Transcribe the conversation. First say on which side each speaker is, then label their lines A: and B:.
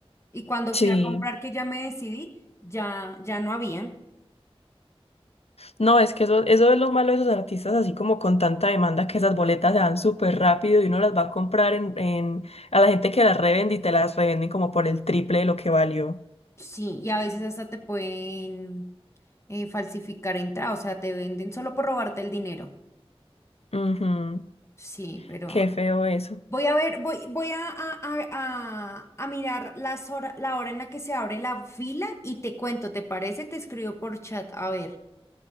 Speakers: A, on the left; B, on the left.
A: Y cuando
B: Sí,
A: fui a comprar, que ya me decidí, ya, ya no había.
B: no, es que eso, eso es lo malo de esos artistas, así como con tanta demanda que esas boletas se dan súper rápido y uno las va a comprar en, en, a la gente que las revende y te las revenden como por el triple de lo que valió.
A: Sí, y a veces hasta te pueden eh, falsificar entrada, o sea, te venden solo por robarte el dinero.
B: Ujú,
A: Sí, pero
B: Qué feo eso.
A: voy a ver, voy, voy a, a, a, a- a mirar las hora- la hora en la que se abre la fila y te cuento, ¿te parece? Te escribo por chat, a ver.